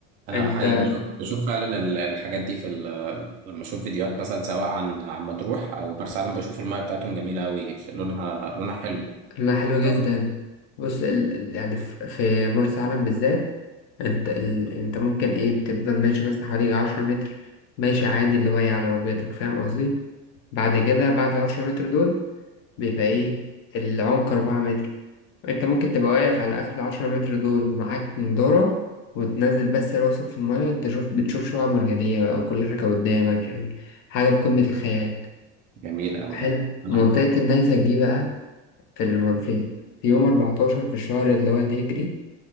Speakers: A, on the right; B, on the left.
A: أنا
B: أنت
A: حقيقي بشوف بشوف فعلا ال- الحاجات دي في ال- لما أشوف فيديوهات مثلا سواء عن عن مطروح أو مرسى علم بشوف المايه بتاعتهم جميلة أوي لونها لونها حلو
B: لونها حلو
A: صافي
B: جدا بص ال... ال- يعني في في مرسى علم بالذات أنت ال... أنت ممكن إيه تفضل ماشي مثلا حوالي عشرة متر ماشي عادي اللي واقع على ركبتك فاهم قصدي؟ بعد كده بعد العشرة متر دول بيبقى إيه العمق أربعة متر أنت ممكن تبقى واقف على آخر العشرة متر دول ومعاك نضارة وتنزل بس راسك في المية أنت شوف بتشوف شعاب مرجانية بقى وكل حاجة قدامك يعني حاجة في قمة الخيال
A: جميل أوي
B: حلو
A: ده أنا
B: منطقة النيزك دي بقى في, الم... في, في يوم 14 في الشهر اللي هو الهجري